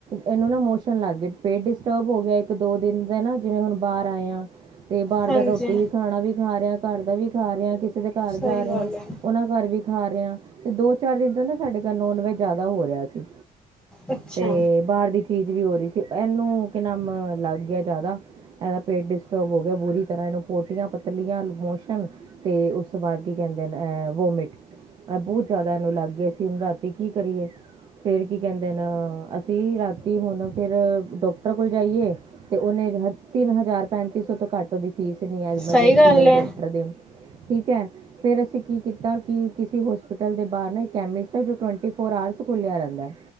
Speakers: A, on the right; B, in the centre.
A: ਇਹਨੂੰ ਨਾ ਮੋਸ਼ਨ ਲੱਗ ਗਏ ਪੇਟ ਡਿਸਟਰਬ ਹੋ ਗਿਆ ਇੱਕ ਦੋ ਦਿਨ ਦਾ ਨਾ ਜਿਵੇਂ ਹੁਣ ਬਾਹਰ ਆਏ ਆ। ਤੇ ਬਾਹਰ
B: ਹਾਂਜੀ
A: ਦਾ ਰੋਟੀ ਵੀ ਖਾਣਾ ਵੀ ਖਾ ਰਿਹਾ ਘਰ ਦਾ ਵੀ ਖਾ ਰਿਹਾ ਕਿਸੇ ਦੇ ਘਰ
B: ਸਹੀ
A: ਜਾ ਰਿਹਾ।
B: ਗੱਲ ਹੈ
A: ਉਹਨਾਂ ਘਰ ਵੀ ਖਾ ਰਿਹਾ ਤੇ ਦੋ ਚਾਰ ਦਿਨ ਤੋਂ ਨਾ ਸਾਡੇ ਘਰ ਨੋਨ -ਵੈਜ ਜ਼ਿਆਦਾ ਹੋ ਰਿਹਾ ਸੀ।
B: ਅੱਛਾ
A: ਤੇ ਬਾਹਰ ਦੀ ਚੀਜ਼ ਵੀ ਹੋ ਰਹੀ ਸੀ, ਇਹਨੂੰ ਕਿ ਨਾਮ ਲੱਗ ਗਿਆ ਜ਼ਿਆਦਾ। ਇਹਦਾ ਪੇਟ ਡਿਸਟਰਬ ਹੋ ਗਿਆ ਬੁਰੀ ਤਰ੍ਹਾਂ ਇਹਨੂੰ ਪੋਟੀਆਂ ਪਤਲੀਆਂ ਮੋਸ਼ਨ। ਤੇ ਉਸ ਤੋਂ ਬਾਅਦ ਕੀ ਕਹਿੰਦੇ ਨੇ ਅਹ ਵੋਮਿਟ। ਆ ਬਹੁਤ ਜ਼ਿਆਦਾ ਇਹਨੂੰ ਲੱਗ ਗਿਆ ਸੀ ਹੁਣ ਰਾਤੀ ਕੀ ਕਰੀਏ? ਫੇਰ ਕੀ ਕਹਿੰਦੇ ਨ ਅਸੀਂ ਰਾਤੀ ਹੁਣ ਫਿਰ ਡਾਕਟਰ ਕੋਲ ਜਾਈਏ ਤੇ ਉਹਨੇ ਦੇ ਹਨ ਤਿੰਨ ਹਜ਼ਾਰ- ਪੈਂਤੀ ਸੌ ਤੋਂ ਘੱਟ ਕੈਦੀ ਫੀਸ ਐਨੀ ਐ ਐਮਰਜੰਸੀ
B: ਸਹੀ ਗੱਲ
A: ਵਾਲੇ
B: ਹੈ
A: ਡਾਕਟਰ ਦੇ, ਠੀਕ ਹੈ ਫੇਰ ਅਸੀਂ ਕੀ ਕੀਤਾ ਕੀ ਹੋਸਪਿਟਲ ਦੇ ਬਾਹਰ ਨਾ ਕੈਮਿਸਟ ਐ ਟੁਵਟੀ ਫੋਰ ਆਰਸ ਖੁਲਿਆ ਰਹਿੰਦਾ ਐ।